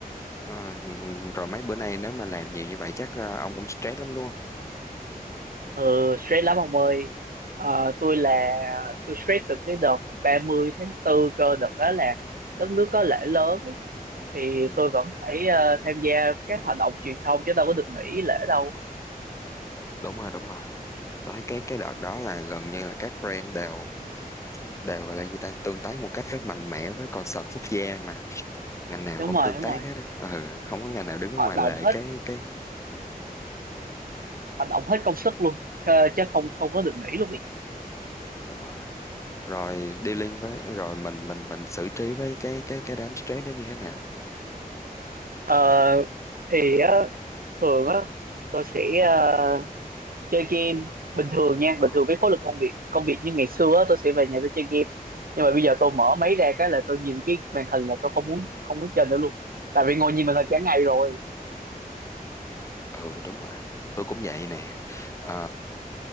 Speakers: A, on the left (about 20°); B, on the right (about 70°).
A: Ờ, rồi mấy bữa nay nếu mà làm nhiều như vậy chắc ờ, ông cũng stress lắm đúng không?
B: ờ stress lắm ông ơi Ờ, tôi là tôi stress từ cái đợt 30 tháng 4 cơ đợt đó là đất nước có
A: À,
B: lễ lớn ấy. thì
A: ừ,
B: tôi vẫn phải ờ, tham gia các hoạt động truyền thông chứ đâu có được nghỉ lễ đâu
A: đúng rồi đúng rồi. Tôi thấy cái cái đợt đó là gần như là các brand đều đều gọi là gì ta tương tác một cách rất mạnh mẽ với concert quốc gia mà ngành nào
B: đúng
A: cũng
B: rồi
A: tương
B: đúng
A: tác
B: rồi
A: hết á. Ừ, không có ngành nào đứng ở
B: hoạt
A: ngoài
B: động
A: lề
B: hết
A: cái cái
B: hoạt động hết công sức luôn ờ, chứ không không có được nghỉ luôn ý
A: đúng rồi. Rồi dealing với rồi mình mình mình xử trí với cái cái cái đám stress đó như thế nào?
B: Ờ, thì á, thường á tôi sẽ ờ, chơi game bình thường nha bình
A: Ừ,
B: thường cái khối lực công việc công việc như ngày xưa á, tôi sẽ về nhà tôi chơi game nhưng mà bây giờ tôi mở máy ra cái là tôi nhìn cái màn hình là tôi không muốn không muốn chơi nữa luôn tại vì ngồi nhìn màn hình cả ngày rồi
A: ừ đúng rồi. Tôi cũng vậy nè. Ờ,